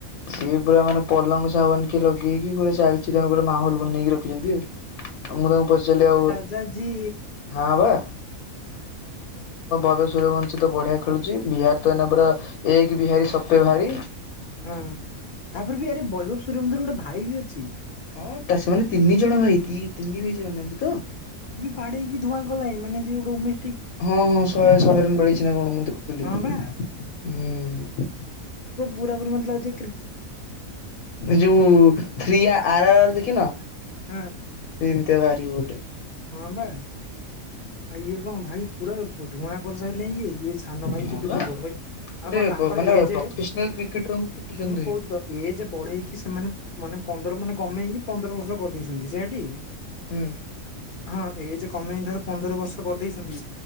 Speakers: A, on the left; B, on the left.
A: ସିଏ ପୁରା ମାନେ ପଲଙ୍ଗ ସାଗାଉନିକ୍ ଲଗେଇକି ପୁରା ଚାଲିଛି। ତାଙ୍କ ପୁରା ମାହୋଲ ବନେଇକି ରଖିଛନ୍ତି ଆଉ। ଆ ମୁଁ ତାଙ୍କୁ ପଚାରିଲି ଆଉ
B: ଜାଜି
A: ହଁ ବା ସୂରୀୟ ବଂଶୀ ତ ବଢିଆ ଖେଳୁଛି। ବିହାର ତ ଏଇନା ପରା ଏକ ବିହାରୀ ସେ ଭହାରି।
B: ହଁ ତାପରେ ବି ଆରେ ବୈଭବ ସୁରେବନ୍ଦର ଗୋଟେ ଭାଇ ବି ଅଛି।
A: ହଁ ସେମାନେ ତିନି ଜଣ ଭାଇ। ତିନ୍ ତିନି ଭାଇ ନି ଜାଣିଚୁ ତ।
B: ପାଡେଇକି ଧୂଆଁ କଲାଣି। ମାନେ ସିଏ ଡୋନେ
A: ହଁ ହଁ ଶହେ ଶହେରୁ ମିଳିଚି ନା କଣ ମୁଁ ଦେଖୁଥିଲି।
B: ହଁ ବା
A: ହୁଁ।
B: ପୁରାପୁରି ମତଲବ ଅଛି।
A: ଯୋଉ ଥ୍ରୀ ଆର ଆର୍ ଆର ଦେଖିନ। ସେମତି
B: ହଁ
A: ଦେୱାର ବାହାରିବ ଗୋଟେ।
B: ହଁ ବା ଆଉ ଇଏ କଣ ଭାଇ ପୁରା ଧୂଆଁ କରିସା ଇଏ ସାନ ଭାଇ
A: ହଁ
B: ପିଟୁଛି।
A: ବା
B: ବଡ ଭାଇ
A: ଗୋଟେ
B: ଆଉ କଣ ତାଙ୍କର
A: ବ ମାନେ
B: ଏଜେ
A: ପ୍ରଫେସନାଲ କ୍ରିକେଟରଙ୍କୁ ପିଟୁଛନ୍ତି
B: ମୁଁ
A: ଧରିକି।
B: କହୁଛି ତ ଏଜେ ବଢେଇକି ସେମାନେ ମାନେ ପନ୍ଦର ମାନେ କମେଇକି ପନ୍ଦର ବର୍ଷ କରିଦେଇଛନ୍ତି। ଜେ ଡି
A: ହୁଁ
B: ହଁ ଏଜେ କମେଇ ଧର ପନ୍ଦର ବର୍ଷ କରିଦେଇ ଛନ୍ତି